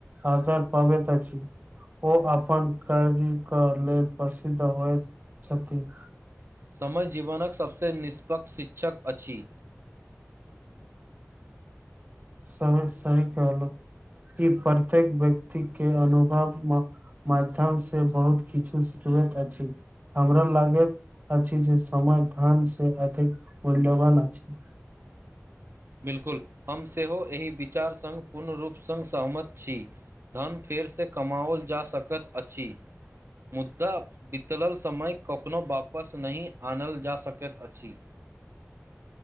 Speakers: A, on the right; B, on the right.
A: आदर पाबैत अछि ओ अपन कार के लेल प्रसिद्ध होइत छथि
B: समय जीवनक सभसँ निष्पक्ष शिक्षक अछि
A: सही सही कहलहु ई प्रत्येक व्यक्ति के अनुभव माध्यम से बहुत किछु सिख पूरक अछि हमरा लागैत अ छी जे समय धन से अधिक मूल्यवान अछि <inaudible>
B: बिल्कुल हम सेहो एहि विचार सङ्ग पूर्ण रूप सङ् सहमत छी धन फेरसँ से कमाओल जा सकैत अछि मुद्दा बितलल समय कखनो वापस नहि आनल जा सकैत अछि